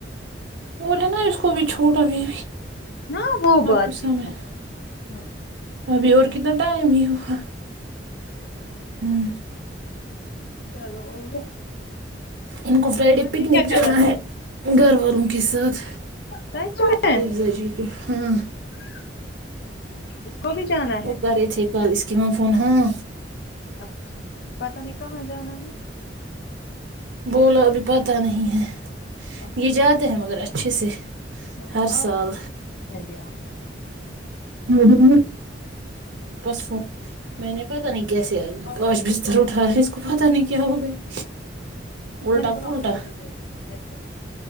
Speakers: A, on the right; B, on the left.
A: اور ہے نا اس کو بھی چھوٹ اب بھی
B: ہاں وہ بات
A: آپ کچھ سمے
B: بھی ہے
A: <unintelligible>
B: ہاں
A: ابھی اور کتنا ٹائم ہی ہوا ہوں
B: چلو اور
A: ان کو فرائیڈے
B: معاویہ
A: پکنک
B: کیا
A: جانا
B: کر رہا
A: ہے گھر والوں کے ساتھ
B: سچ میں
A: حفظہ
B: اچھا
A: جی کو ہاں
B: ٹھیک اس کو بھی جانا ہے
A: وہ کرے تھے کال اسکیم فون ہاں نہ
B: اچھا ٹھیک پتا نہیں کہاں جانا ہے
A: بولو ابھی پتہ نہیں ہے
B: اچھا
A: یہ جاتے
B: ٹھیک،
A: ہیں مگر اچھے سے
B: ہاں
A: ہر
B: آپ
A: سال
B: کو <unintelligible> میں دں
A: <unintelligible> ہ بس میں نے پتا نہیں کیسے
B: آپ
A: آج بستر
B: سوری
A: اٹھایا ہے اس کو پتہ نہیں کیا ہو گیا الٹا
B: میں نے بولا
A: پلٹا
B: آپ کو بھی بول میں بھی آؤں